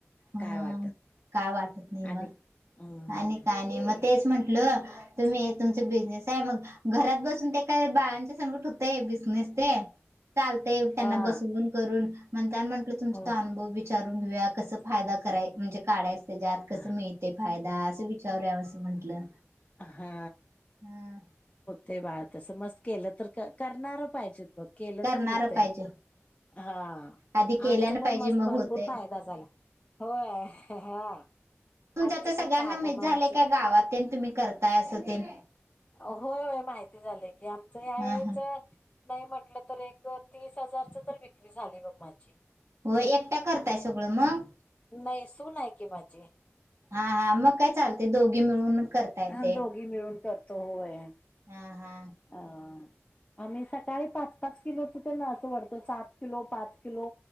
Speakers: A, on the right; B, on the left.
A: हम्म.
B: काय वाटत
A: काय वाटत नाही मग,
B: आणि हम्म
A: आणि काय नाही म तेच म्हंटलं तुम्ही तुमच बिझनेस हाय मग घरात बसून ते काय बाळांच संगट होतय बिझनेस ते चालतय त्यांना
B: हा
A: बसवून करून <unintelligible> म्हटलं तुमचा
B: हो
A: अनुभव विचारून घिऊया कसं फायदा कराय म्हणजे काढाय तेच्यात, कसं
B: हा
A: मिळतय फायदा असं विचारू या असं म्हंटलं.
B: हा.
A: ह
B: ते बाळ तस मस्त केलं तर करणार पाहिजेत बघ, केलं
A: करणार
B: तर हुतय.
A: पाहिजे
B: हा,
A: आधी केल्यान
B: आमच पण
A: पाहिजे
B: मस्त
A: मग
B: भरपूर
A: होते
B: फायदा झाला. होय! <unintelligible>
A: तुमच्या
B: आमचं
A: इत सगळ्यांना
B: पण झालं
A: माहीत
B: मग
A: झालंय
B: आमचं
A: काय गावात तेन तुम्ही करताय अस तेन?
B: होय होय माहिती झालंय की, आमचं ह्यावेेळेचं
A: हा हा
B: नाही, म्हटलं तर अं एक तीस हजारचं तर विक्री झाली बघ माझी.
A: होय एकट्या करताय सगळं मंग,?
B: नाही, सूून आहे की माझी.
A: हा हा मग काय चालतय दोघी मिळून. करता येते
B: हा दोघी मिळून करतो होय.
A: हा हा.
B: अ आम्ही सकाळी पाच पाच किलोचं ते <unintelligible> वरतो सात किलो पाच किलो.